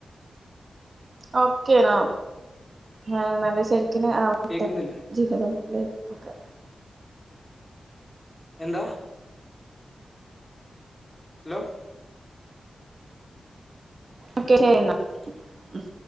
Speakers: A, on the right (about 45°); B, on the left (about 15°).
A: ഓക്കേണോ ന നല്ല ശരി ആവട്ടെ
B: കേക്കുന്നില്ല
A: ജീവിതം ല്ല ഇപ്പൊ കേക്കാ
B: എന്താ അലോ
A: ഓക്കെ ച്ചേ എന്നാ ഉം